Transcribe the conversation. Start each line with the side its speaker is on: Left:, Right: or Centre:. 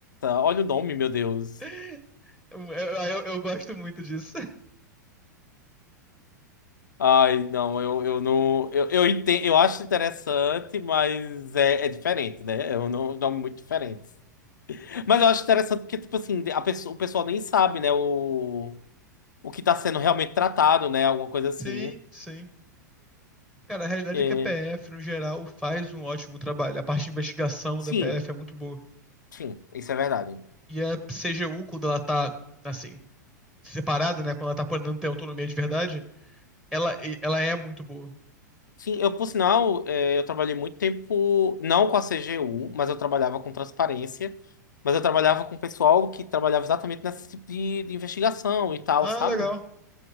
Left: Olha o nome, meu Deus.
Centre: <laughs> Eu, eu, eu gosto muito disso.
Left: Ai, não, eu, eu não... Eu, eu entendo, eu acho interessante, mas é, é diferente, né? É um no- nome muito diferente. Mas eu acho interessante porque, tipo assim, a pessoa, o pessoal nem sabe, né? O, o que tá sendo realmente tratado, né? Alguma coisa assim.
Centre: Sim, sim. Cara, a realidade
Left: É.
Centre: é que a PF, no geral, faz um ótimo trabalho. A parte de investigação
Left: Sim,
Centre: da PF é muito boa.
Left: sim, isso é verdade.
Centre: E a CGU, quando ela tá, assim, separada, né? Quando ela tá podendo ter autonomia de verdade, ela, ela é muito boa.
Left: Sim, eu, por sinal, eh, eu trabalhei muito tempo, não com a CGU, mas eu trabalhava com transparência, mas eu trabalhava com pessoal que trabalhava exatamente nesse tipo de, de investigação e tal,
Centre: Ah,
Left: sabe?
Centre: legal.